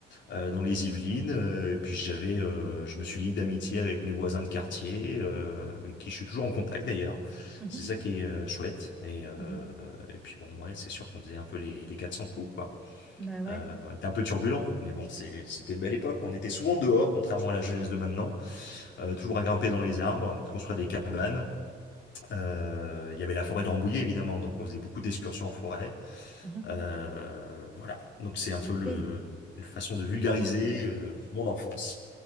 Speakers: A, on the left (about 65°); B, in the centre.
A: euh, dans les Yvelines. euh, et puis j'avais, euh, je me suis lié d'amitié avec mes voisins de quartier, euh, avec qui je suis toujours en contact d'ailleurs.
B: mhm,
A: C'est ça qui est euh, chouette. Et, euh,
B: mhm.
A: et puis bon, ouais, c'est sûr qu'on faisait un peu les, les 400 coups, quoi.
B: Bah ouais.
A: Euh, on était un peu turbulent, mais bon, c'est, c'était une belle époque. On était souvent dehors, contrairement à la jeunesse de maintenant. Euh, toujours à grimper dans les arbres, construire des cabanes. Euh, il y avait la forêt de Rambouillet, évidemment, donc on faisait beaucoup d'excursions en forêt.
B: mhm.
A: Euh, voilà, donc c'est un peu
B: Ok.
A: le, une façon de vulgariser euh, mon enfance.